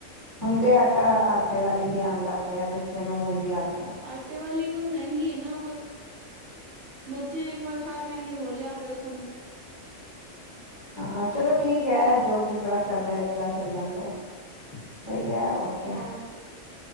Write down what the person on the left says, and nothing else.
ਹੁਨ ਤੇ ਆਟਾ, ਆਟੇ ਵਾਲੇ ਵੀ ਆਣ ਲੱਗ ਗਏ ਆ। ਬੱਚੇਆਂ ਨੂੰ, ਓਹੀ ਦੇਆ ਕਰੋ।
ਹਾਂ, ਚਲੋ ਠੀਕ ਐ, ਜੋ ਜਿਸ ਤਰਾਂ ਚੱਲ ਰੇਆ, ਓਸ ਤਰਾਂ ਚੱਲਨ ਦੋ। ਸਈ ਐ ਹੋਰ ਕਿਆ,